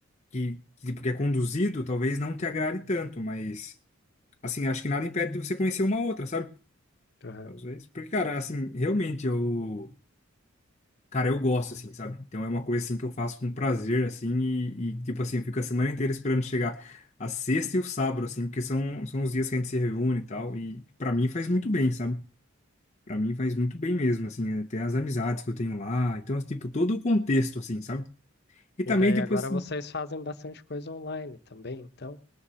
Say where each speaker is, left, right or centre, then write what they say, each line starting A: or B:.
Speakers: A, on the left; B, on the left.
A: que, que, tipo, que é conduzido talvez não te agrade tanto, mas, assim, acho que nada impede de você conhecer uma outra, sabe?
B: Aham.
A: Às vezes. Porque, cara, assim, realmente eu. Cara, eu gosto, assim, sabe? Então é uma coisa, assim, que eu faço com prazer, assim, e, e, tipo assim, eu fico a semana inteira esperando chegar a sexta e o sábado, assim, porque são, são os dias que a gente se reúne e tal, e pra mim faz muito bem, sabe? Pra mim faz muito bem mesmo, assim, até as amizades que eu tenho lá. Então, tipo, todo o contexto, assim, sabe? E também,
B: E daí
A: tipo
B: agora
A: assim,
B: vocês fazem bastante coisa online também, então